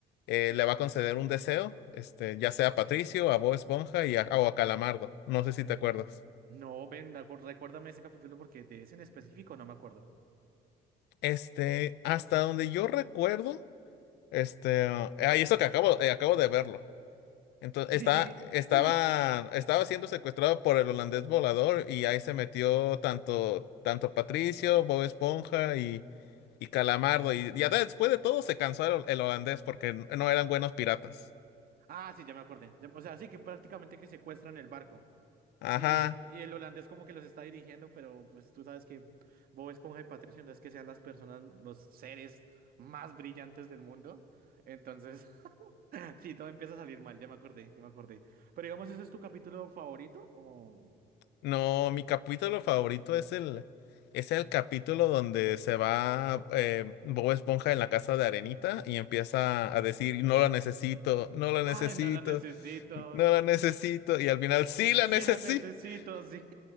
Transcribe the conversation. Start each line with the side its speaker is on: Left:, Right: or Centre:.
Left: eh, le va a conceder un deseo, este, ya sea a Patricio, a Bob Esponja y a, o a Calamardo. No sé si te acuerdas.
Right: No, ven, acu- recuérdame ese capítulo porque de ese en específico no me acuerdo.
Left: Este, hasta donde yo recuerdo. Este, ah, y eso que acabo, eh, acabo de verlo. Entonces,
Right: <laughs>
Left: está, estaba, estaba siendo secuestrado por el holandés volador y ahí se metió tanto, tanto Patricio, Bob Esponja y, y Calamardo. Y ya después de todo se cansó el, el holandés porque no eran buenos piratas.
Right: Ah, sí, ya me acordé. Ya- O sea, sí que prácticamente que secuestran el barco.
Left: Ajá.
Right: Y, eh, y el holandés como que los está dirigiendo, pero pues tú sabes que Bob Esponja y Patricio no es que sean las personas, los seres más brillantes del mundo. Entonces, <laughs> sí, todo empieza a salir mal, ya me acordé, ya me acordé. Pero digamos, ¿ese es tu capítulo favorito? O...
Left: No, mi capítulo favorito es el, es el capítulo donde se va eh, Bob Esponja en la casa de Arenita y empieza a decir, no lo necesito, no lo necesito.
Right: ¡Ay, no la necesito!
Left: No la necesito.
Right: S-
Left: Y al final, sí la
Right: Sí
Left: necesito.
Right: la necesito,
Left: <laughs>
Right: sí.